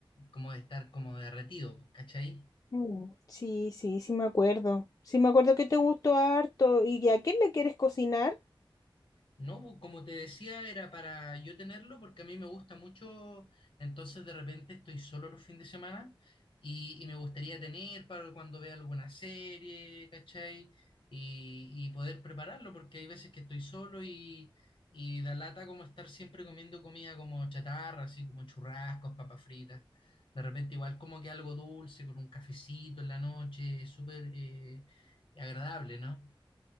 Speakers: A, on the left; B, on the left.
A: como de estar como derretido, pues, ¿cachai?
B: Mm, sí, sí, sí me acuerdo. Sí me acuerdo que te gustó harto. ¿Y a quién le quieres cocinar?
A: No, bu- como te decía, era para yo tenerlo porque a mí me gusta mucho, entonces de repente estoy solo los fines de semana y, y me gustaría tener para cuando vea alguna serie, ¿cachai? Y, y poder prepararlo porque hay veces que estoy solo y, y da lata como estar siempre comiendo comida como chatarra, así como churrascos, papas fritas. De repente igual como que algo dulce con un cafecito en la noche, es súper eh, agradable, ¿no?